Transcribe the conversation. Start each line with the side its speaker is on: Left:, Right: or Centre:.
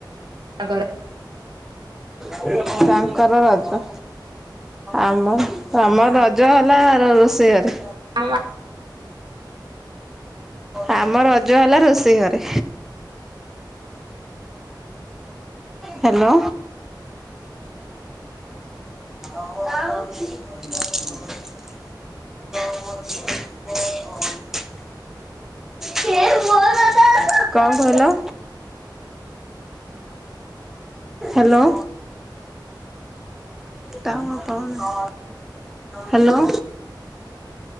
Right: ଙ୍କର <inaudible>
Centre: ହଁ ତାଙ୍କର ରଜ। ଆମର ଆମର ରଜ ହେଲା ରୋ-ରୋଷେଇ ଘରେ।
Right: ହଁ ଆ <unintelligible>
Centre: ଆମର ରଜ ହେଲା ରୋଷେଇ ଘରେ। ହାଲୋ। <unintelligible> <unintelligible> କଣ କହିଲ? ହ୍ୟାଲୋ। ଟାୱାର ପାଉନି hello.